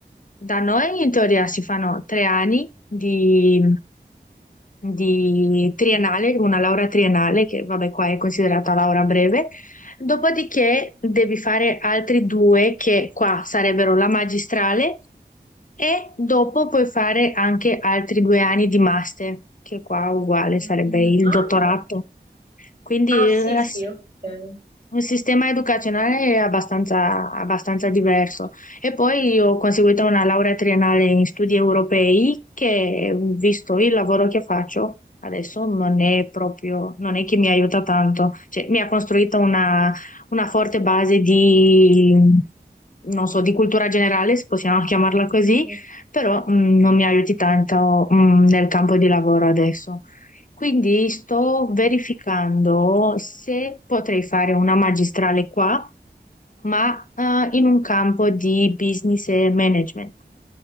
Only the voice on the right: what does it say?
Mm,
Ah,
ah, sì,
sì, ok.
mm.